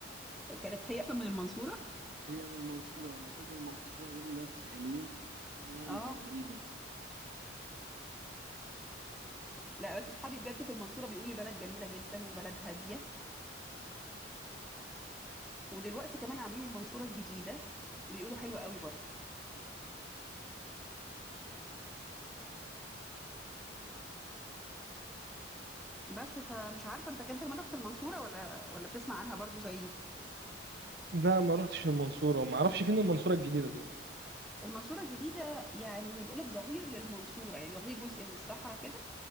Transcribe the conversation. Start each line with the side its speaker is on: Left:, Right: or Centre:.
Centre: كانت هي اصلا من المنصوره
Right: هي من المنصوره المفروض المنصوره دول ناس حلوين بس سبحان الله هي
Centre: اه
Right: اللي كانت غريبه
Centre: لا بس اصحابي بجد في المنصوره بيقولوا لي بلد جميله جدا وبلد هاديه ودلوقتي كمان عاملين المنصوره الجديده بيقولوا حلوه قوي برضو بس فمش عارفه انت كنت كمان رحت المنصوره ولا ولا بتسمع عنها برضو زيي
Right: ده ما رحتش المنصورة وما اعرفش فين المنصورة الجديدة دي اصلا
Centre: المنصورة الجديدة يعني هيبقى لك ظهير للمنصورة يعني واخدين جزء من الصحراء كده